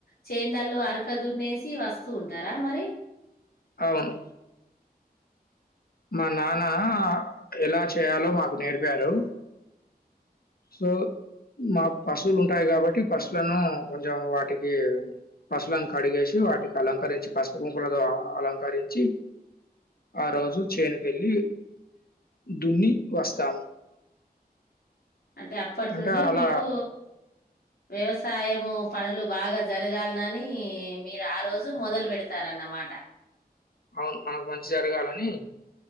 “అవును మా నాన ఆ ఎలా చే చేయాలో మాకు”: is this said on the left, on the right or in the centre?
Left